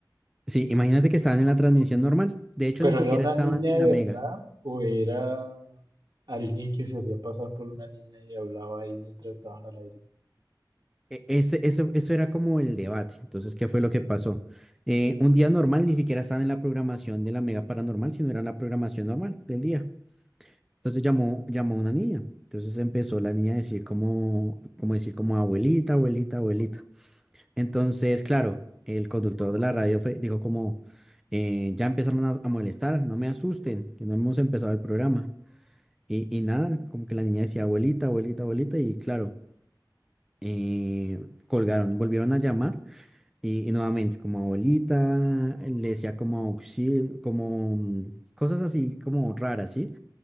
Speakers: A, in the centre; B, on the right.
A: sí, imagínate que estaban en la transmisión normal. De hecho,
B: ¿Pero
A: ni siquiera
B: era una
A: estaban
B: niña
A: en
B: de
A: la mega.
B: verdad o era alguien que se hacía pasar por una niña y hablaba ahí mientras estaban al aire?
A: E- ese- eso, eso era como el debate. Entonces, ¿qué fue lo que pasó? Eh, un día normal ni siquiera estaban en la programación de la mega paranormal, sino era en la programación normal del día. Entonces llamó, llamó una niña. Entonces empezó la niña a decir como, como decir como abuelita, abuelita, abuelita. Entonces, claro, el conductor de la radio fue- dijo como, eh, ya empezaron a, a molestar, no me asusten, que no hemos empezado el programa. Y, y nada, como que la niña decía, abuelita, abuelita, abuelita, y claro, eh, colgaron, volvieron a llamar y, y nuevamente como abuelita, le decía como auxilio, como mm, cosas así como raras, ¿sí?